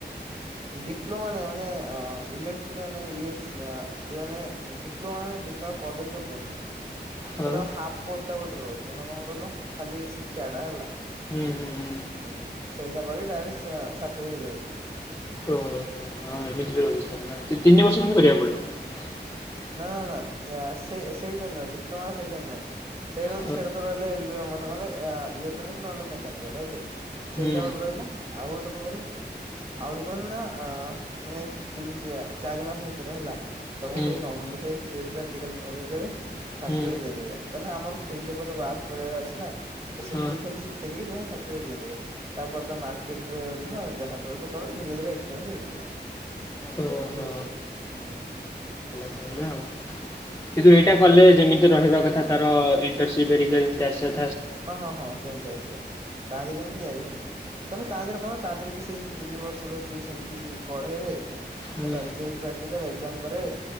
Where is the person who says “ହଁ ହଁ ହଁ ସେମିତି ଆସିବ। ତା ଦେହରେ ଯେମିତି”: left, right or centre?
Right